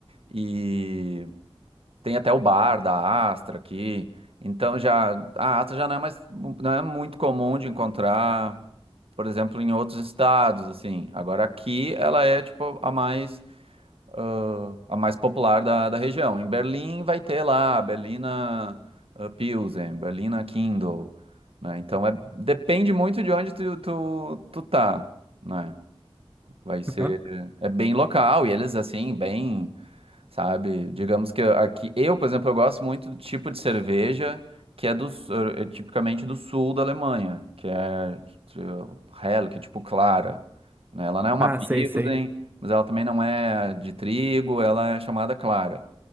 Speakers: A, on the right; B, on the right.
A: E tem até o bar da Astra aqui. Então já a Astra já não é mais não é muito comum de encontrar, por exemplo, em outros estados assim. Agora aqui ela é tipo a mais ah, a mais popular da, da região. Em Berlim vai ter lá a Berlina ah, Pilsen, Berlina Kindle, né? Então é depende muito de onde tu tu, tu tá, né? Vai ser
B: Aham.
A: é bem local e eles assim bem sabe? Digamos que eu- aqui, eu, por exemplo, eu gosto muito do tipo de cerveja que é do, su- é tipicamente do sul da Alemanha, que é tipo, Hell, que é tipo clara, né? Ela não é uma
B: Ah,
A: Pilsen,
B: sei, sei.
A: mas ela também não é de trigo, ela é chamada clara.